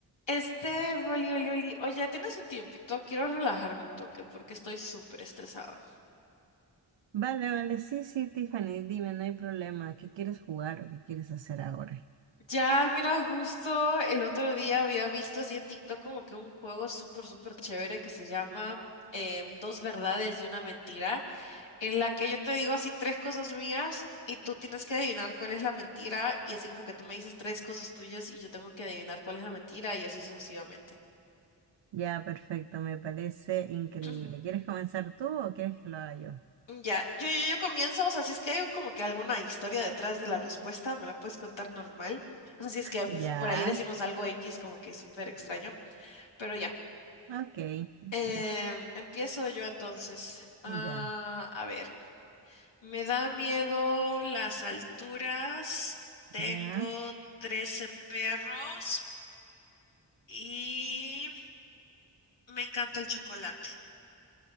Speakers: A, on the left; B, on the right.
A: Este, Oli, Oli, Oli, oye, tienes un tiempito, quiero relajarme un toque porque estoy súper estresada.
B: Vale, vale, sí, sí, Tiffany, dime, no hay problema. ¿Qué quieres jugar o qué quieres hacer ahora?
A: Ya, mira, justo el otro día había visto así en TikTok como que un juego súper, súper chévere que se llama eh, Dos verdades y una mentira, en la que yo te digo así tres cosas mías y tú tienes que adivinar cuál es la mentira y así como que tú me dices tres cosas tuyas y yo tengo que adivinar cuál es la mentira y así sucesivamente.
B: Ya, perfecto, me parece increíble.
A: <clears throat>
B: ¿Quieres comenzar tú o quieres que lo haga yo?
A: Mm, Ya, yo, yo, yo comienzo, o sea, si es que hay como que alguna historia detrás de la respuesta, me la puedes contar normal. O sea, si es que
B: Ya,
A: por ahí decimos algo X como que súper extraño, pero ya.
B: ok, ok,
A: Em, empiezo yo entonces. Ah,
B: ya,
A: a ver, me da miedo las alturas, tengo
B: ya.
A: 13 perros y me encanta el chocolate.